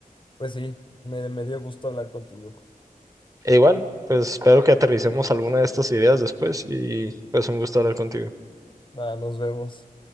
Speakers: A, on the left (about 35°); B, on the right (about 25°).
A: pues sí, me, me dio gusto hablar contigo.
B: E igual, pues espero que aterricemos alguna de estas ideas después y pues un gusto hablar contigo.
A: Va, nos vemos.